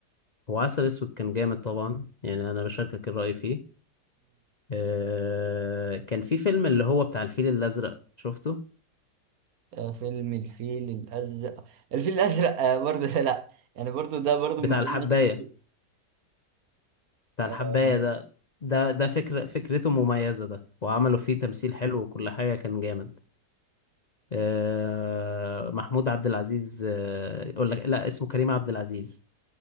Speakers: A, on the left (about 50°); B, on the right (about 65°).
A: هو عسل اسود كان جامد طبعا يعني انا بشاركك الرأي فيه آه كان في فيلم اللي هو بتاع الفيل الازرق شفته
B: آه، فيلم الفيل الأزرق الفيل الأزرق آه، برضه <laughs> لا يعني برضه ده برضه
A: بتاع
B: من اللي
A: الحباية
B: أنا شفته
A: بتاع الحباية
B: آه، لا.
A: ده ده ده فكرة فكرته مميزة ده وعملوا فيه تمثيل حلو وكل حاجة كان جامد آه محمود عبد العزيز آه يقول لك لا اسمه كريم عبد العزيز